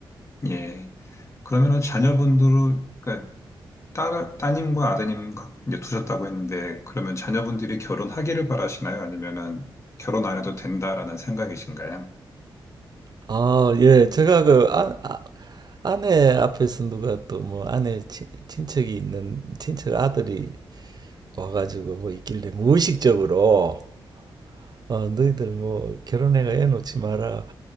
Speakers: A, on the left; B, on the right.
A: 예. 그러면은 자녀분들, 그러니까 딸, 따님과 아드님 각- 이제 두셨다고 했는데, 그러면 자녀분들이 결혼하기를 바라시나요? 아니면은 결혼 안 해도 된다라는 생각이신가요?
B: 아, 예. 제가 그 아, 아, 아내 앞에서 누가 또 뭐 아내 친, 친척이 있는 친척 아들이 와가지고 뭐 있길래 무의식적으로 어, 너희들 뭐 결혼해가 애 놓지 마라.